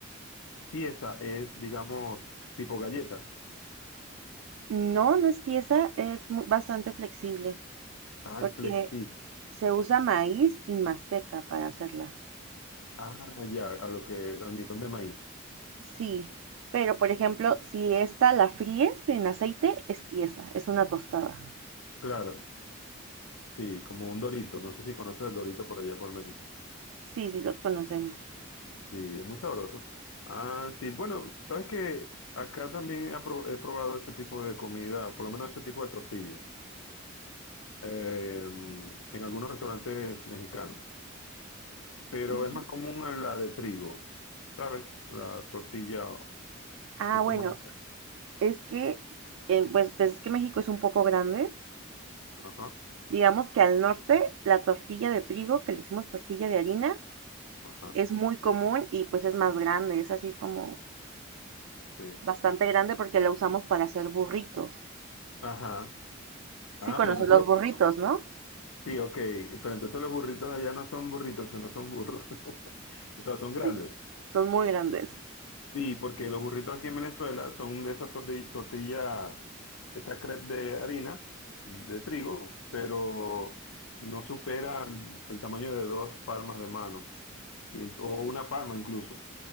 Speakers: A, on the left; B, on the right.
A: tiesa, es, digamos, tipo galleta.
B: No, no es tiesa, es bastante flexible,
A: Ah,
B: porque
A: es flexible.
B: se usa maíz y maseca para hacerlas.
A: Ah, ya, a lo que, al mirón de maíz.
B: Sí, pero por ejemplo, si esta la fríes en aceite, es tiesa, es una tostada.
A: Claro, sí, como un dorito. No sé si conoces el dorito por allá por México.
B: Sí, sí, los conocemos.
A: Sí, es muy sabroso. pues. Ah, sí, bueno, sabes que acá también he, apro- he probado ese tipo de comida, por lo menos ese tipo de tortillas, eh, en algunos restaurantes mexicanos. pero
B: Sí.
A: es más común en la de trigo, ¿sabes? La tortilla
B: Ah,
A: que es
B: bueno,
A: como una...
B: es que, eh, pues, pues es que México es un poco grande.
A: Ajá,
B: Digamos que al norte la tortilla de trigo, que le decimos tortilla de harina,
A: ajá,
B: es muy común y pues es más grande. Es así, es como
A: sí.
B: bastante grande porque la usamos para hacer burritos.
A: Ajá.
B: Sí,
A: Ah,
B: conoces
A: pero entonces
B: los
A: los...
B: burritos, ¿no?
A: Sí, ok, pero entonces los burritos allá no son burritos, sino son burros. <laughs> O sea, son
B: Sí.
A: grandes.
B: Son muy grandes.
A: Sí, porque los burritos aquí en Venezuela son de esa torti- tortilla, esa crepe de harina, de trigo, pero no superan el tamaño de dos palmas de mano, y- o una palma incluso.